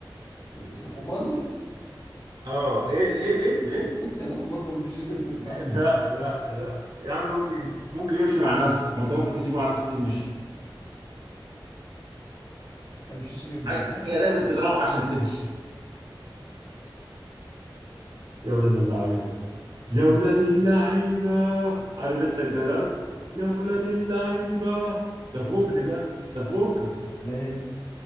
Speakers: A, on the left; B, on the right.
A: الحمار
B: اه ايه ليه ليه ليه
A: <laughs> الحمار ما بيمشيش غير بالضرب
B: لا لا لا يا عم ممكن ممكن يمشي مع نفسه ما انت ممكن تسيبه على نفسه ليه مشي
A: ما بيمشيش غير بالضرب
B: حاجه لازم تضربها عشان تمشي يا ولاد اللعيبه يا ولاد اللعيبه عارف انت الجيار يا ولاد اللعيبه ده فجر ده ده فجر
A: لا ايه